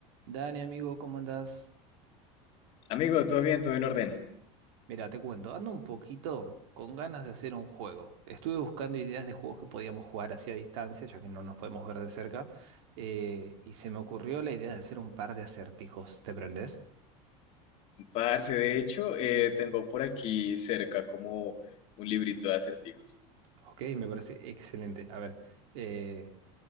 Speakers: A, on the right; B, on the left.
A: Dani, amigo, ¿cómo andás?
B: Amigo, todo bien, todo en orden.
A: Mira, te cuento, ando un poquito con ganas de hacer un juego. Estuve buscando ideas de juegos que podíamos jugar hacia distancia, ya que no nos podemos ver de cerca, eh, y se me ocurrió la idea de hacer un par de acertijos. ¿Te prendés?
B: Parce, de hecho, eh, tengo por aquí cerca como un librito de acertijos.
A: Ok, me parece excelente. A ver, eh,